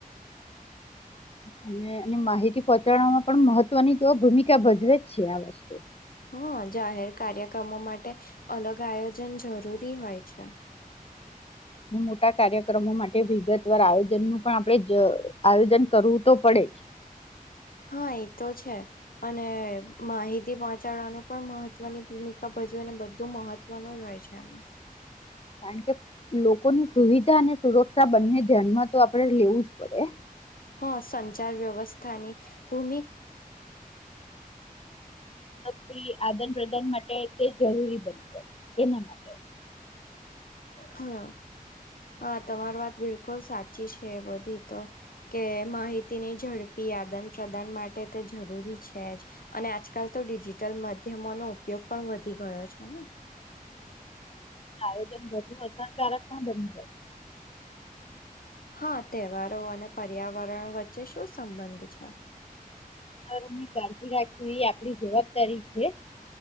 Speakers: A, on the left; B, on the left.
A: અને એ માહિતી પહોંચાડવાવામાં પણ મહત્વની ભૂમિકા ભજવે જ છે. આ વસ્તુ
B: હા જાહેર કાર્યક્રમો માટે અલગ આયોજન જરૂરી હોય છે.
A: મોટા કાર્ય. ક્રમો માટે વિગતવાર આયો. ન પણ આપડે આયોજન કરવું તો પડે જ.
B: હા એતો છે અને માહિતી પહોંચાડવાનું પણ મહત્વની ભૂમિકા ભજવે અને બધું મહત્વનું હોય છે એમાં.
A: કારણ કે લોકોની સુવિધા અને સુરક્ષા બંને ધ્યાનમાં તો આપડે લેવું જ પડે.
B: હા સંચાર વ્યવસ્થાની ભૂ
A: ઝડપથી આદાન પ્રદાન માટે તે જરૂરી બની જાય એના માટે.
B: હા હા તમારી વાત બિલકુલ સાચી છે બધી તો કે માહિતીની ઝડપી આદાન પ્રદાન માટે તે જરૂરી છે, જ અને આજકાલ તો ડિજિટલ માધ્યમોનો ઉપયોગ પણ વધી ગયો છે ને.
A: આયોજન વધુ અસરકારક પણ બની જાય.
B: હા તહેવારો અને પર્યાવરણ વચ્ચે શું સંબંધ છે?
A: વાતાવરણ ની કાળજી રાખશો એ આપડી જવાબદારી છે.